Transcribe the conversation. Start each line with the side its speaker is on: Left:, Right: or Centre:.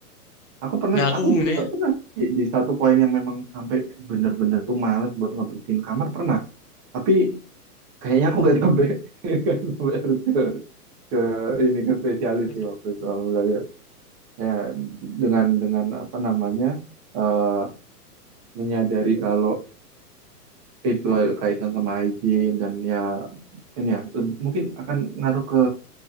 Right: Aku pernah
Left: nah aku
Right: aku juga
Left: ini.
Right: pernah di, di satu poin yang memang sampai bener-bener tuh males buat ngebersihin kamar pernah. Tapi kayaknya aku nggak sampai, <laughs> nggak sampai harus ke ke ini ke spesialis
Left: <laughs>
Right: sih waktu itu alhamdulillah ya Ya, dengan dengan apa namanya eh, menyadari kalau itu kaitan sama hygiene dan ya ini ya le- mungkin akan ngaruh ke